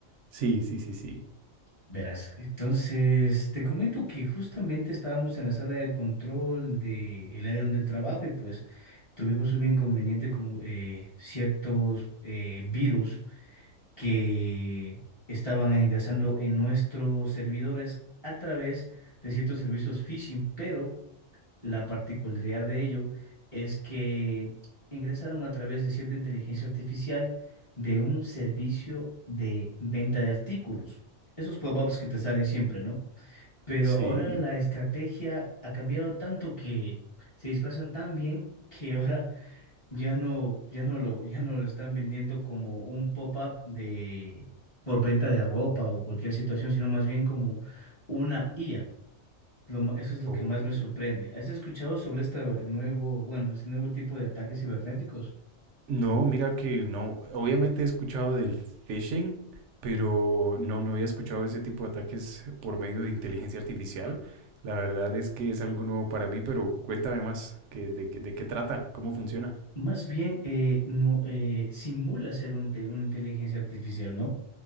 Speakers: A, on the right; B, on the left.
A: Sí, sí, sí, sí.
B: Verás, entonces te comento que justamente estábamos en la sala de control del área donde trabajo y pues tuvimos un inconveniente con eh, ciertos eh, virus que estaban ingresando en nuestros servidores a través de ciertos servicios phishing, pero la particularidad de ello es que ingresaron a través de cierta inteligencia artificial de un servicio de venta de artículos. Esos pop-ups que te salen siempre, ¿no? Pero
A: Sí.
B: ahora la estrategia ha cambiado tanto que se disfrazan tan bien que ahora <laughs> ya no, ya no lo, ya no lo están vendiendo como un pop-up de por venta de ropa o cualquier situación, sino más bien como una IA. Lo ma- eso es lo
A: Oh.
B: que más me sorprende. ¿Has escuchado sobre este nuevo, bueno, este nuevo tipo de ataques cibernéticos?
A: No, mira que no. Obviamente he escuchado del phishing, pero no, no había escuchado ese tipo de ataques por medio de inteligencia artificial. La verdad es que es algo nuevo para mí, pero cuéntame más, que, de, qué- de qué trata? ¿Cómo funciona?
B: Más bien, eh, no, eh, simula ser un inte- una inteligencia artificial, ¿no?